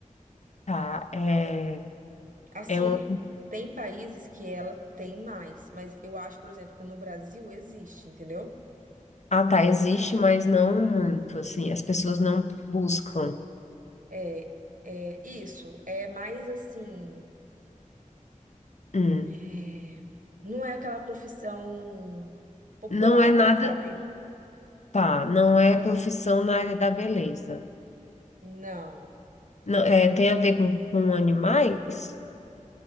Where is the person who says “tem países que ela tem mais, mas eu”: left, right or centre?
Right